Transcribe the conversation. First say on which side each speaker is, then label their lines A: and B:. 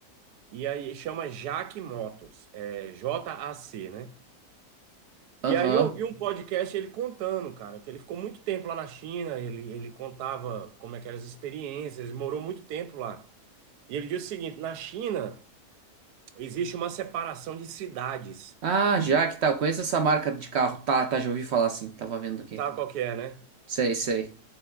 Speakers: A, on the right (about 80°); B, on the right (about 60°).
A: e aí chama Jaque Motos, é JAC, né?
B: aham.
A: E aí eu vi um podcast ele contando, cara, que ele ficou muito tempo lá na China, ele, ele contava como é que eram as experiências, ele morou muito tempo lá. E ele disse o seguinte, na China existe uma separação de cidades,
B: Ah, já que tá. Eu conheço essa marca de carro. Tá, tá, já ouvi falar assim. Tava vendo aqui.
A: sabe qual que é, né?
B: Sei, sei.